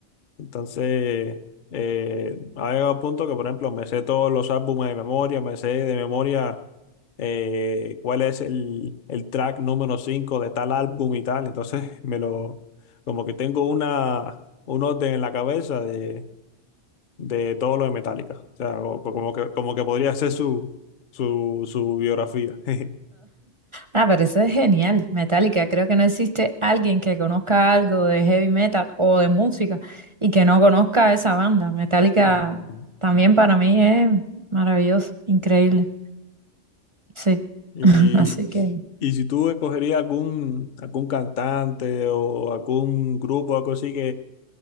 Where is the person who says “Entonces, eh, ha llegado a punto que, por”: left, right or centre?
Left